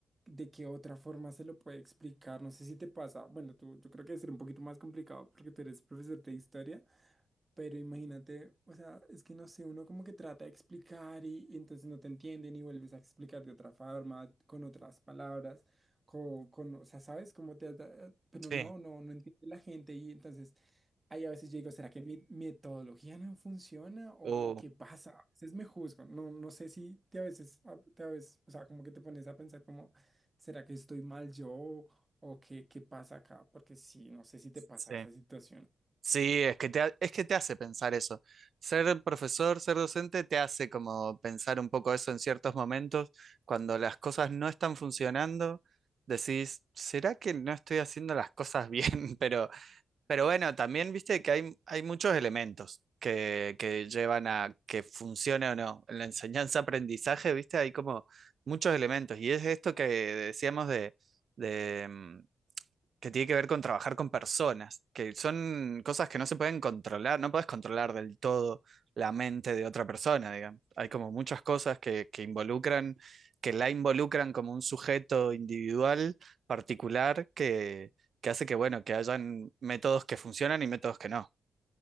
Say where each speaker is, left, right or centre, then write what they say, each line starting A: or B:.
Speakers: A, on the right; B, on the right.
A: de qué otra forma se lo puede explicar, no sé si te pasa, bueno, tú, yo creo que debe un poquito más complicado porque tú eres profesor de historia. Pero imagínate, o sea, es que no sé, uno como que trata de explicar y, y entonces no te entienden y vuelves a explicar de otra forma, con otras palabras, con, con o sea, ¿sabes cómo te has da- Pero
B: Sí.
A: no, no, no entiende la gente y entonces ahí a veces yo digo, ¿será que mi metodología no funciona o,
B: Uh,
A: o qué pasa? A veces me juzgo, no, no sé si te a veces, a- te a veces, o sea, como que te pones a pensar como, ¿será que estoy mal yo o qué, qué pasa acá? Porque sí, no sé si te pasa
B: sí.
A: esa situación.
B: Sí, es que te, ha- es que te hace pensar eso. Ser profesor, ser docente, te hace como pensar un poco eso en ciertos momentos. Cuando las cosas no están funcionando, decís, ¿será que no estoy haciendo las cosas bien? <laughs> Pero, pero bueno, también viste que hay, hay muchos elementos que, que llevan a que funcione o no. En la enseñanza-aprendizaje, viste, hay como muchos elementos. Y es esto que decíamos de, de, mm, que tiene que ver con trabajar con personas, que son cosas que no se pueden controlar, no puedes controlar del todo la mente de otra persona, digamos. Hay como muchas cosas que, que involucran, que la involucran como un sujeto individual, particular, que, que hace que, bueno, que hayan métodos que funcionan y métodos que no.